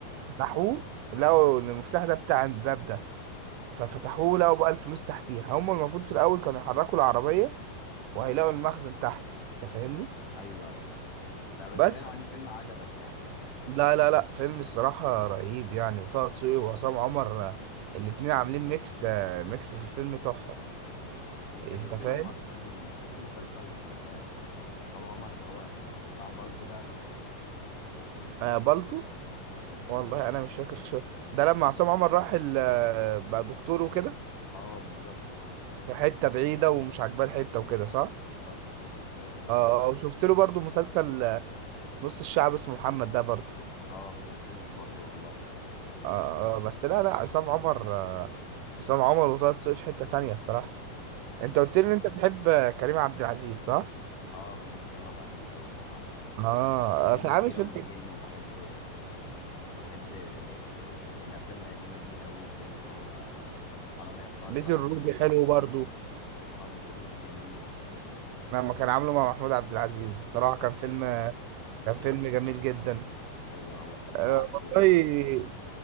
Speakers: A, on the right; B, on the left.
A: فتحوه لقوا ان المفتاح ده بتاع الباب ده ففتحوه
B: امم
A: لقوا بقى الفلوس تحتيها هم المفروض في الاول كانوا يحركوا العربية وهيلاقوا المخزن تحت انت فاهمني
B: ايوه ايوه أيوة. لا بس
A: بس
B: باين عليه الفيلم عجبك يعني
A: لا لا لا فيلم الصراحة رهيب يعني وطه دسوقي وعصام عمر آه، الاتنين عاملين ميكس آه، ميكس في الفيلم تحفة
B: انت
A: انت
B: شفت
A: فاهم
B: لهم اصلا شفت مسلسل بتاع- مم، عصام عمر اللي هو بتاع بالطو ده قبل كده
A: آه بالطو
B: مم.
A: والله انا مش فاكر شو ده لما عصام عمر راح ال- آه، بقى دكتور وكده
B: اه بالظبط
A: في حتة بعيدة ومش عاجباه الحتة وكده صح؟
B: بالظبط بالظبط
A: اه آه، وشفت له برضو مسلسل آه، نص الشعب اسمه محمد ده برضو
B: اه كان لذيذ برضو والله
A: اه آه، بس لا لا عصام عمر آه، عصام عمر وطه دسوقي في حتة تانية الصراحة
B: مم.
A: انت قلت لي ان انت بتحب آه، كريم عبد العزيز صح؟
B: اه بحب كريم عبد العزيز قوي الصراحه
A: اه
B: بحب فيلم
A: آه، في عامل
B: كيرة
A: فيلم
B: والجن وبحب بحب آه، الافلام القديمه ليه قوي زي اللي هو حراميه في تايلاند
A: بيت الروبي حلو برضو
B: اه بيت الروبي جميل
A: لما كان عامله مع محمود عبد العزيز
B: بالظبط
A: صراحة كان فيلم
B: بالظبط
A: كان فيلم جميل جدا
B: ايوه وقصه
A: أه
B: عائليه
A: والله
B: كده